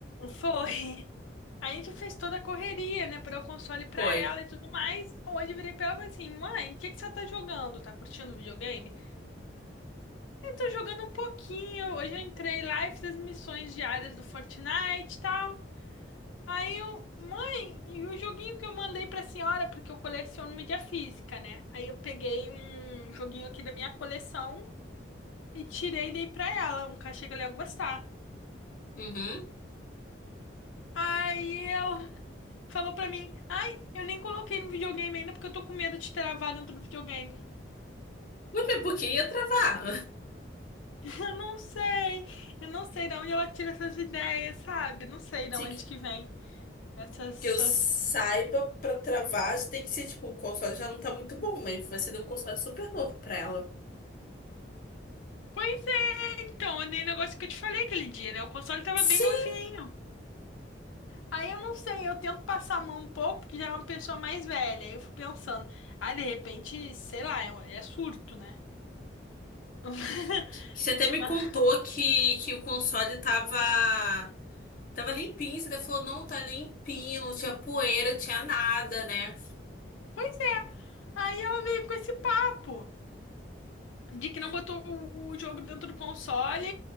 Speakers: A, on the left; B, on the left.
A: Foi. <laughs> A gente fez toda a correria, né, pra dar o console pra
B: <laughs> Foi.
A: ela e tudo mais. Hoje eu virei pra ela e falei assim: mãe, o que que você tá jogando? Tá curtindo o videogame? Eu tô jogando um pouquinho. Hoje eu entrei lá e fiz as missões diárias do Fortnite e tal. Aí eu, mãe, e o joguinho que eu mandei pra senhora, porque eu coleciono mídia física, né? Aí eu peguei um joguinho aqui da minha coleção e tirei e dei pra ela, um cachê que ela ia gostar.
B: Uhum.
A: Aí ela falou pra mim: Ai, eu nem coloquei no videogame ainda porque eu tô com medo de travar dentro do videogame.
B: Muito bem, porque ia travar.
A: <laughs> Eu não sei, eu não sei de onde ela tira essas ideias, sabe? Não sei de
B: <laughs>
A: onde
B: Se
A: que vem essas,
B: que eu saiba,
A: essas...
B: pra travar, tem que ser tipo, o console já não tá muito bom, mas você deu um console super novo pra ela.
A: Pois é, então, é nem negócio que eu te falei aquele dia, né? O console tava
B: Sim!
A: bem novinho. Aí eu não sei, eu tento passar a mão um pouco, porque já é uma pessoa mais velha. Aí eu fico pensando, ah, de repente, sei lá, é, um, é surto, né? <laughs>
B: Você até
A: Mas-
B: me contou que, que o console tava, tava limpinho. Você até falou, não, tá limpinho, não tinha poeira, não tinha nada, né?
A: Pois é. Aí ela veio com esse papo de que não botou o, o jogo dentro do console,